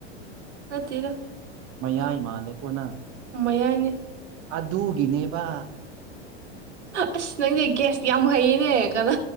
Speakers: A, on the right (about 85°); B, on the right (about 45°).
A: ꯅꯠꯇꯦꯗꯥ
B: ꯃꯌꯥꯏ ꯃꯥꯜꯂꯦꯀꯣ ꯅꯪ
A: ꯃꯌꯥꯏ
B: ꯑꯗꯨꯗꯒꯅꯦꯦꯕ
A: ꯑꯁ ꯅꯪꯁꯦ ꯒꯦꯁ ꯌꯥꯝ ꯍꯩꯌꯦꯅꯦ ꯀꯅꯥ